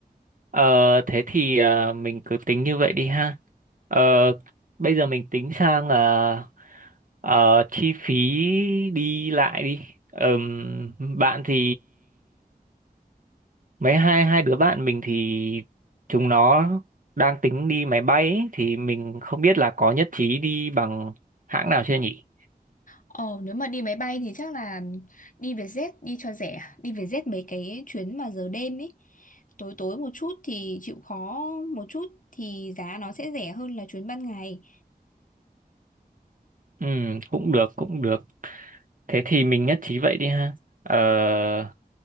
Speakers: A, on the right; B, on the left.
A: Ờ, thế thì ờ, mình cứ tính như vậy đi ha. Ờ, bây giờ mình tính sang là ờ, chi phí đi lại đi. Ờm, bạn thì mấy hai hai đứa bạn mình thì chúng nó đang tính đi máy bay ấy, thì mình không biết là có nhất trí đi bằng hãng nào chưa nhỉ?
B: Ờ, nếu mà đi máy bay thì chắc là đi Vietjet đi cho rẻ, đi Vietjet mấy cái chuyến mà giờ đêm ấy. Tối tối một chút thì chịu khó một chút thì giá nó sẽ rẻ hơn là chuyến ban ngày.
A: Ừ, cũng được cũng được. Thế thì mình nhất trí vậy đi ha. Ờ,